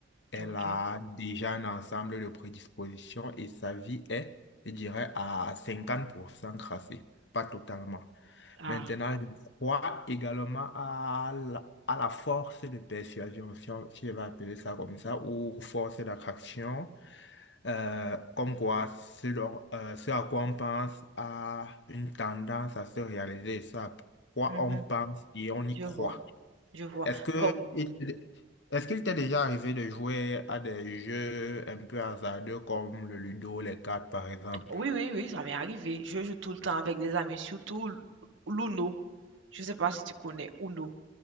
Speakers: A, on the left; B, on the right.
A: Elle
B: ok.
A: a déjà un ensemble de prédispositions et sa vie est, je dirais, à 50% crassée, pas totalement.
B: Ah,
A: Maintenant, je crois également à la, à la force de persuasion, si on, si on va appeler ça comme ça, ou force d'attraction, euh, comme quoi ce, dont- euh, ce à quoi on pense a une tendance à se réaliser, ce à quoi
B: mhm,
A: on pense et on y
B: je
A: croit.
B: vois, je vois.
A: Est-ce que
B: Comme,
A: il est-ce qu'il t'est déjà arrivé de jouer à des jeux un peu hasardeux comme le Ludo, les cartes par exemple?
B: Oui, oui, oui, ça m'est arrivé. Je joue tout le temps avec des amis, surtout l- l'Uno. Je sais pas si tu connais Uno.